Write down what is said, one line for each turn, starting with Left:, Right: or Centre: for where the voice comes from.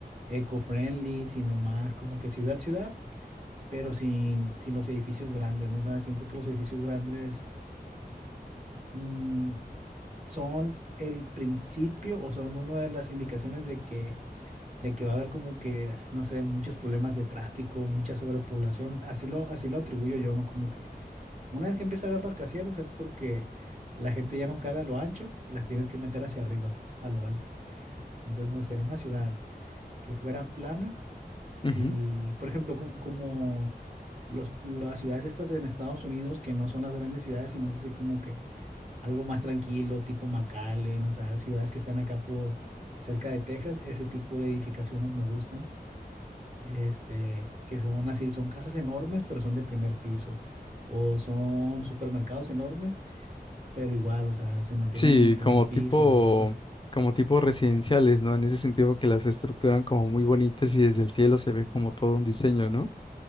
Right: eco-friendly, sino más como que ciudad-ciudad, pero sin, sin los edificios grandes, ¿no? O sea, siento que los edificios grandes, mm, son el principio o son una de las indicaciones de que, de que va a haber como que, no sé, muchos problemas de tráfico, mucha sobrepoblación. Así lo, así lo atribuyo yo, ¿no? Como que una vez que empieza a haber rascacielos es porque la gente ya no cabe a lo ancho y las tienes que meter hacia arriba, pues, a lo alto. Entonces me gustaría una ciudad que fuera plana
Left: ujú.
Right: y, por ejemplo, como, como los, las ciudades estas en Estados Unidos, que no son las grandes ciudades, sino es así como que algo más tranquilo, tipo McAllen, o sea, ciudades que están acá por cerca de Texas, ese tipo de edificaciones me gustan, este, que son así, son casas enormes, pero son de primer piso, o son supermercados enormes, pero igual, o sea, se mantienen
Left: Sí,
Right: en primer
Left: como
Right: piso,
Left: tipo,
Right: ajá.
Left: como tipo residenciales, ¿no? En ese sentido que las estructuran como muy bonitas y desde el cielo se ve como todo un diseño, ¿no?